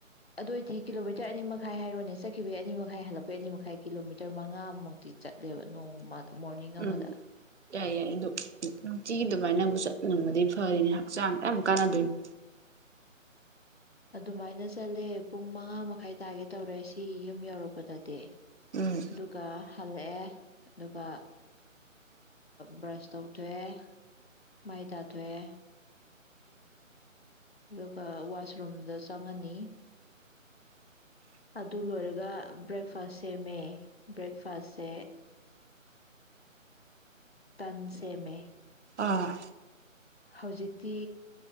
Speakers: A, on the left; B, on the right.
A: ꯑꯗꯨꯑꯣꯏꯗꯤ ꯀꯤꯂꯣꯃꯤꯇꯔ ꯑꯅꯤ ꯃꯈꯥꯏ ꯍꯥꯏꯔꯣꯅꯦ ꯆꯠꯈꯤꯕꯒꯤ ꯑꯅꯤ ꯃꯈꯥꯏ ꯍꯜꯂꯛꯄꯩ ꯑꯅꯤ ꯃꯈꯥꯏ ꯀꯤꯂꯣꯃꯤꯇꯔ ꯃꯉꯥꯃꯨꯛꯇꯤ ꯆꯠꯂꯦꯕ ꯅꯣꯡꯃꯗ ꯃꯣꯔꯅꯤꯡ ꯑꯃꯗ꯫
B: ꯎꯝ ꯌꯥꯏ - ꯌꯥꯏ ꯑꯗꯨꯗ ꯅꯨꯡꯇꯤꯒꯤ ꯑꯗꯨꯃꯥꯏꯅꯕꯨ ꯆꯠ ꯉꯕꯗꯤ ꯐꯔꯤꯅꯤ ꯍꯛꯆꯥꯡ ꯌꯥꯝ ꯀꯥꯟꯅꯗꯣꯏꯅꯤ꯫
A: ꯑꯗꯨꯃꯥꯏꯅ ꯆꯠꯂꯦ ꯄꯨꯡ ꯃꯉꯥ ꯃꯈꯥꯏ ꯇꯥꯒꯦ ꯇꯧꯔꯦ ꯁꯤ ꯌꯨꯝ ꯌꯧꯔꯛꯄꯗꯗꯤ
B: ꯎꯝ
A: ꯑꯗꯨꯒ ꯍꯜꯂꯛꯑꯦ ꯑꯗꯨꯒ ꯕ꯭ꯔꯁ ꯇꯧꯊꯣꯛꯑꯦ ꯃꯩ ꯇꯥꯊꯣꯛꯑꯦ꯫ ꯑꯗꯨꯒ ꯋꯥꯁꯔꯨꯝꯗ ꯆꯪꯉꯅꯤ ꯑꯗꯨ ꯂꯣꯏꯔꯒ ꯕ꯭ꯔꯦꯛꯐꯥꯁ ꯁꯦꯝꯃꯦ ꯕ꯭ꯔꯦꯛꯐꯥꯁꯁꯦ ꯇꯟ ꯁꯦꯝꯃꯦ
B: ꯑꯥ
A: ꯍꯧꯖꯤꯛꯇꯤ꯫